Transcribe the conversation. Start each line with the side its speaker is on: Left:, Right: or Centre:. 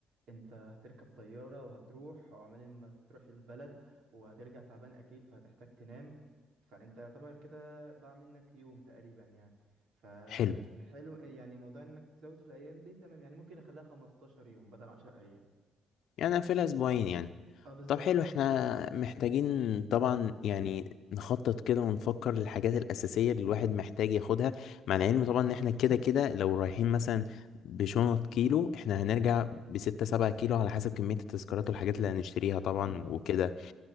Right: أنت هتركب طيارة وهتروح وعمال ما تروح البلد وهترجع تعبان أكيد فهتحتاج تنام فأنت يعتبر كده ضاع منك يوم تقريبا يعني فحلو
Left: حلو
Right: يعني موضوع إنك تزود في الأيام دي تمام يعني ممكن أخليها 15 يوم بدل 10 أيام
Left: يعني أنا في اسبوعين يعني
Right: أه بالظبط
Left: طب حلو احنا محتاجين طبعا يعني نخطط كده ونفكر للحاجات الأساسية اللي الواحد محتاج ياخدها مع العلم طبعا ان احنا كده كده لو رايحين مثلا بشنط كيلو احنا هنرجع بستة سبعة كيلو على حسب كمية التذكارات والحاجات اللي هنشتريها طبعا
Right: بالظبط
Left: وكده